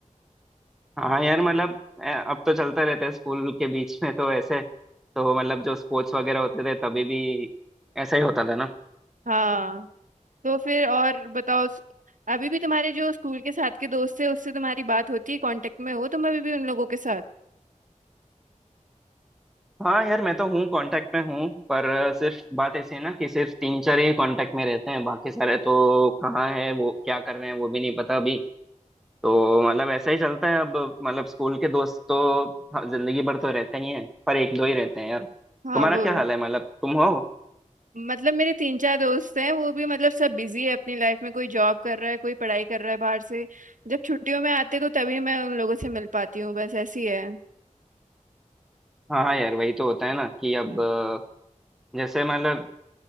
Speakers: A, in the centre; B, on the right (about 75°).
A: हाँ यार मतलब अ, अब तो चलते रहते हैं स्कूल के बीच में तो ऐसे तो मतलब जो स्पोर्ट्स वगैरह होते थे तभी भी ऐसा ही होता था ना
B: हाँ तो फिर और बताओ स- अभी भी तुम्हारे जो स्कूल के साथ के दोस्त थे उससे तुम्हारी बात होती है कांटेक्ट में हो तुम अभी भी उन लोगों के साथ
A: हाँ यार मैं तो हूँ कांटेक्ट में हूँ पर सिर्फ बात ऐसी है ना कि सिर्फ तीन चार ही कांटेक्ट में रहते हैं बाकी सारे तो कहाँ है वो क्या कर रहे हैं वो भी नहीं पता अभी तो मतलब ऐसा ही चलता है अब मतलब स्कूल के दोस्त तो जिंदगी भर तो रहते ही हैं पर एक दो ही रहते हैं यार
B: हाँ
A: तुम्हारा
B: वो
A: क्या
B: है।
A: हाल है मतलब तुम हो
B: मतलब मेरे तीन चार दोस्त हैं वो भी मतलब सब बिजी है अपनी लाइफ में कोई जॉब कर रहा है कोई पढ़ाई कर रहा है बाहर से जब छुट्टियों में आते तो तभी मैं उन लोगों से मिल पाती हूँ बस ऐसी है
A: हाँ हाँ यार वही तो होता है ना कि अब
B: हम्म,
A: अ, जैसे मतलब